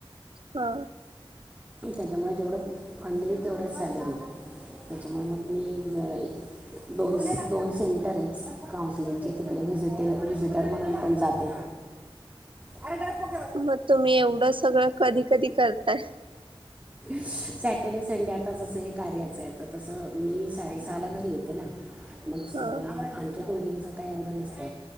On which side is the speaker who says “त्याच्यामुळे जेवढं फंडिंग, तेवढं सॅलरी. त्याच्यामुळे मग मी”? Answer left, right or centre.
Right